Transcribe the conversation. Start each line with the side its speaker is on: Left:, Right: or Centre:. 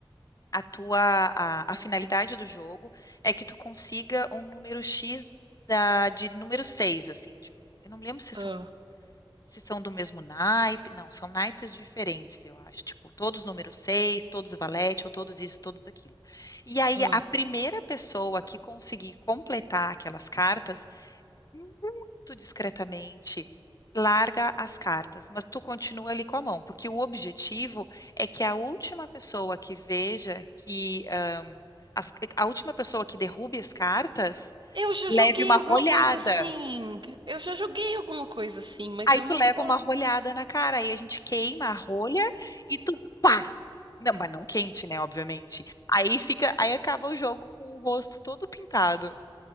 Left: a tua, a, a finalidade do jogo é que tu consiga um número X da, de número 6 assim, tipo, eu não me lembro se
Right: ah,
Left: são se são do mesmo naipe, não, são naipes diferentes, eu acho. Tipo, todos número 6 todos valete, ou todos isso, todos aquilo. E aí,
Right: ah.
Left: a primeira pessoa que conseguir completar aquelas cartas, muito discretamente, larga as cartas, mas tu continua ali com a mão, porque o objetivo é que a última pessoa que veja que. ãh, as- a última pessoa que derrube as cartas
Right: Eu já
Left: leve
Right: joguei
Left: uma
Right: alguma
Left: olhada.
Right: coisa assim. Eu já joguei alguma coisa assim, mas
Left: Aí
Right: eu
Left: tu
Right: não
Left: leva
Right: tô.
Left: uma rolhada na cara, aí a gente queima a rolha e tu pá! Não, mas não quente, né? Obviamente. Aí fica, aí acaba o jogo com o rosto todo pintado.